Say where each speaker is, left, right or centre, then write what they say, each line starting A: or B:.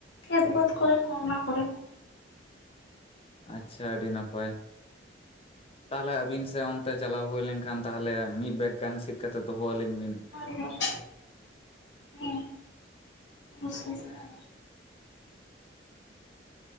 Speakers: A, on the left; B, on the left.
A: ᱠᱷᱮᱛᱵᱟᱫᱽ ᱠᱚᱨᱮ ᱦᱚᱸ ᱚᱱᱟ ᱠᱚᱨᱮ ᱦᱚᱸ᱾
B: ᱟᱪᱪᱷᱟ ᱟᱹᱰᱤ ᱱᱟᱯᱟᱭ᱾ ᱛᱟᱦᱚᱞᱮ ᱟᱵᱤᱱ ᱥᱮ ᱚᱱᱛᱮ ᱪᱟᱞᱟᱣ ᱦᱩᱭ ᱞᱮᱱᱠᱷᱟᱱ ᱛᱟᱦᱚᱞᱮ ᱢᱤᱫ ᱵᱮᱜ ᱜᱟᱱ ᱥᱤᱫ ᱠᱟᱛᱮ ᱫᱚᱦᱚ ᱟᱹᱞᱤᱧ ᱵᱤᱱ᱾
A: <unintelligible>
B: <inaudible>